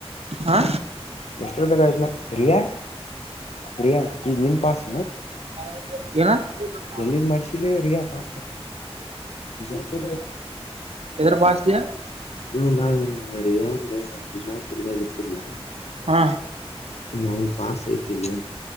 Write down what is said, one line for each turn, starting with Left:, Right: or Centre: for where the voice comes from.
Right: ಹಾ
Left: ಎಷ್ಟರದಾಗ ಆಯ್ತ್ನಾ ರಿಯಾ ರಿಯಾ ಈಗ ನಿನ್ ಪಾಸ್
Right: ಅ ಏ ಆರಾಮಲ್ಲರ
Left: ಎಲ್ಲಿದ್ ಮಾಡ್ಸಿಲಿ ರಿಯಾ ಪಾಸ್ ಬಿಜಾಪುರ್
Right: ಇಧರ ಪಾಸತಿ ಆ
Left: ಇೊಂದಾಳ ನಮ್ ರಿಯಾಂದ ಬಿಜಾಪುರ್ದಾಗ ಇರ್ತಿರ್ಲ
Right: ಹಾ
Left: ನನ್ ಪಾಸ್ ಐತೀನಿ